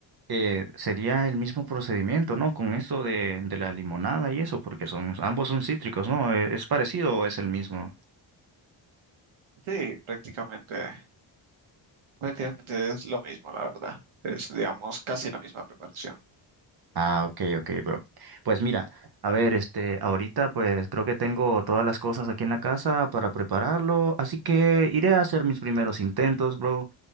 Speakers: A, on the right (about 50°); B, on the right (about 85°).
A: eh, sería el mismo procedimiento, ¿no? Con esto de, de la limonada y eso, porque son, ambos son cítricos, ¿no? ¿E- ¿Es parecido o es el mismo?
B: Sí, prácticamente, prácticamente es lo mismo, la verdad. Es, digamos, casi la misma preparación.
A: Ah, ok, ok, bro. Pues mira, a ver, este, ahorita pues creo que tengo todas las cosas aquí en la casa para prepararlo, así que iré a hacer mis primeros intentos, bro.